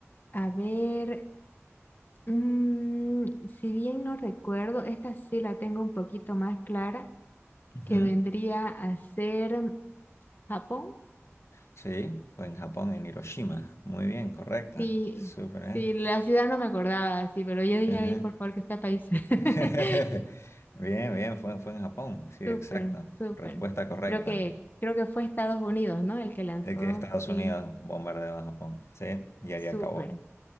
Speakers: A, on the left; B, on the left.
A: A ver, Mm, si bien no recuerdo, esta sí la tengo un poquito más clara,
B: ujú.
A: que vendría a ser Japón.
B: Sí, fue en Japón, en Hiroshima. Muy bien, correcta.
A: Sí,
B: Súper
A: sí,
B: bien.
A: la ciudad no me acordaba, sí, pero yo dije,
B: Ajá.
A: ay, por favor, que sea país. <laughs>
B: <laughs> Bien, bien, fue, fue en Japón. Sí,
A: Súper,
B: exacto.
A: súper.
B: Respuesta correcta.
A: Creo que, creo que fue Estados Unidos, ¿no? El que lanzó,
B: Es que Estados
A: sí,
B: Unidos bombardeó a Japón. Sí, y ahí
A: súper.
B: acabó.